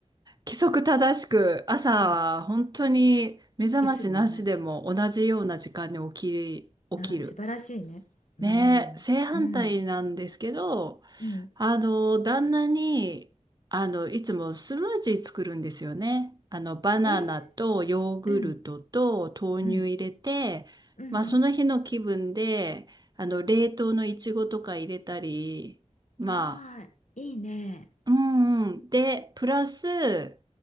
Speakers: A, on the right; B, on the left.
A: 規則正しく、朝は本当に目覚ましなしでも同じような時間に起き、
B: うん。いつも同じ。
A: 起きる。
B: ああ、素晴らしいね。うん。
A: ね、正反対なんですけど、
B: うん。うん。
A: あの、旦那に、あの、いつもスムージー作るんですよね。あの、バナナとヨーグルトと豆乳入れて、
B: えー、うん。うん。うん。
A: まあ、
B: うん。
A: その日の気分で、あの、冷凍のいちごとか入れたり、まあ、
B: ああ、いいね。
A: うんうん。で、プラス、